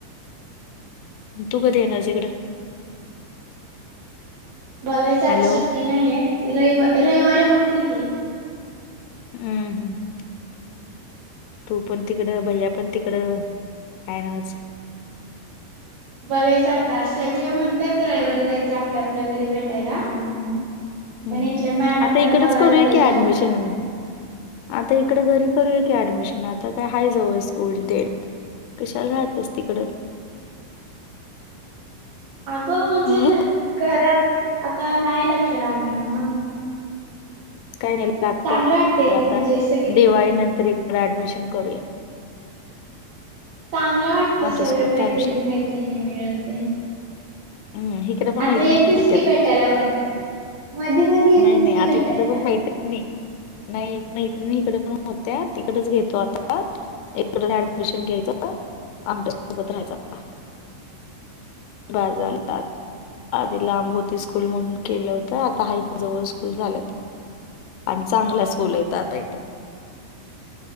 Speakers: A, on the left; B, on the right.
A: तू कधी येणार आहेस इकड
B: बघायच आता
A: हॅलो,
B: सुट्टी नाही आहेत रवि रविवारी बघतील की.
A: हं, हं. तू पण तिकड भैया पण तिकड काय नावच.
B: बघायच आता सगळे म्हणतायत रविवारी जायचं आपल्या आपल्या घरी भे टायला
A: हं, हं.
B: पण इथल्या मॅडम
A: आता
B: वर
A: इकडंच
B: बघायला
A: करूया
B: लागल
A: की ॲडमिशन.
B: काय म्हणत्यात.
A: आता इकडं घरी करूया की ऍडमिशन आता काय हय जवळ स्कूल तेन. कशाला राहत्यास तिकडं.
B: <inaudible> अगं म्हणजे
A: अ.
B: घरात आता नाही लक्ष लागणार ना.
A: काय नाही लागत
B: चांगलं वाटतं इथं
A: आता
B: म्हणजे सगळे
A: दिवाळी नंतर इकडे ऍडमिशन करूया.
B: चांगलं वाटतं
A: आमच्यासोबत
B: सगळ मैत्रिणी
A: थांबशील.
B: मैत्रिणी मिळून ते
A: हम् हि इकडे पण
B: आता
A: मैत्रिणी
B: येतेस
A: होत्यात
B: की भेटायला मध्ये मधी मधी येतेस
A: नाही नाही
B: की
A: आता
B: भेटायला
A: हिकडं पण मैत्रि णी नाही मैत्रिणी इकडे पण होत्यात तिकडच घेतो आता. एक <unintelligible> ऍडमिशन घ्यायचं आमच्या सोबत राहायचं बाजारला. ता त आधी लांब होती स्कूल म्हणून केलं होतं आता हा इथ जवळ स्कूल झाल्यात. आणि चांगलाच बोलयता आता यथ.